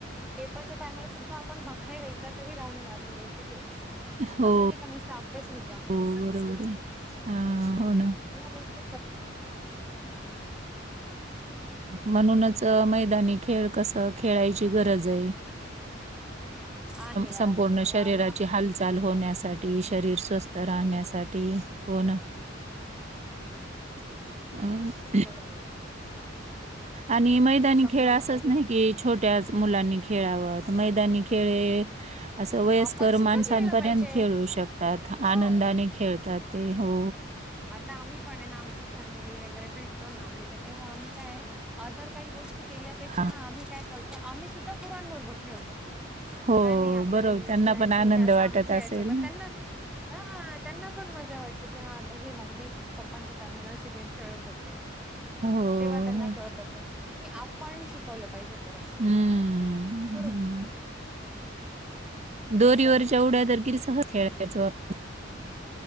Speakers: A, in the centre; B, on the right.
A: पेपरच्या टायमाला सुद्धा आपण बाहेर एकदा तरी राऊंड मारून यायचच आय.
B: हो
A: असं नाइका नीस्त अभ्यास म्हणजे अभ्यासच.
B: हो बरोबर आहे. हा हो ना
A: या गोष्टीत, हम्म.
B: म्हणूनच मैदानी खेळ कस खेळायची गरज आय.
A: आहे
B: संपूर्ण
A: आहे
B: शरीराची
A: याला
B: हालचाल होण्यासा ठी शरीर स्वस्थ राहण्यासाठी हो ना. <inaudible>
A: बरोबर आय.
B: आणि मैदानी
A: समजावलं
B: खेळ असाच
A: पाहिजे
B: नाय की छोट्याच मुलांनी खेळावत मैदानी खेळ असं वयस्कर
A: आपण सुद्धा
B: माणसांपर्यंत
A: खेळलं पाहिजे
B: खेळू शकतात
A: हो
B: आनंदाने खेळतात ते हो.
A: आता आम्ही पण ए ना आमच फॅमिली वगैरे भेटतो ना आम्ही तर तेव्हा आम्ही काय अदर काही गोष्टी केल्यापेक्षा
B: हा.
A: ना आम्ही काय कर तो आम्ही सुद्धा पोरांन बरोबर खेळतो.
B: हो.
A: काय नाही आपल्याला
B: बरोबर
A: हे
B: त्यांना
A: खेळायचं
B: पण आनंद
A: हे असं
B: वाटत
A: आम्ही खेळायचो
B: असेल
A: म
B: ना
A: त्यांना हा त्यांना पण मजा वाटते की हा मम्मी पप्पांच्या टायमाला अशे गेम खेळत होते.
B: हो.
A: तेव्हा त्यांना कळत की आपण शिकवलं पाहिजे पोरांना
B: हम्म,
A: बरोबर.
B: हं. दोरीवरच्या
A: निसर्ग
B: उड्या तर किरी सहज खेळायचो आपण.